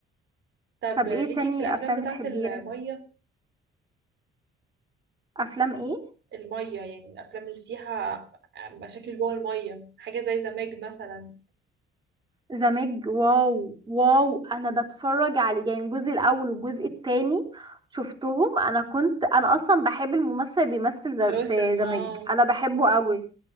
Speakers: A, on the right (about 65°); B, on the right (about 25°).
A: طب
B: طب
A: ليكي
B: ايه تاني
A: في الافلام
B: افلام
A: بتاعه
B: بتحبيها
A: الميه
B: افلام ايه
A: الميه يعني الافلام اللي فيها مشاكل جوه الميه حاجه زي زماج مثلا
B: زمج واو واو انا بتفرج على يعني الجزء الاول والجزء التاني شفتهم انا كنت انا اصلا بحب الممثل اللي بيمثل ز-
A: جوثام
B: في زمج
A: اه
B: انا بحبه قوي